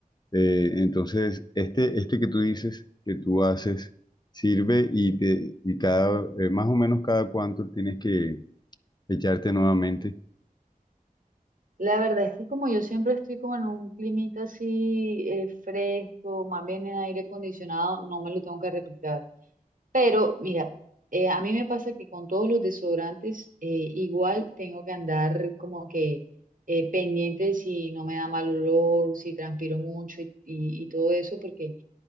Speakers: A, on the left (about 30°); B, on the right (about 65°).
A: Eh, entonces, este, este que tú dices, que tú haces, sirve y, te, y cada, eh, más o menos cada cuánto tienes que echarte nuevamente.
B: La verdad es que como yo siempre estoy como en un climita así eh, fresco, más bien en aire acondicionado, no me lo tengo que replicar. Pero mira, eh, a mí me pasa que con todos los desodorantes eh, igual tengo que andar como que eh, pendiente si no me da mal olor, si transpiro mucho y, y- y todo eso, porque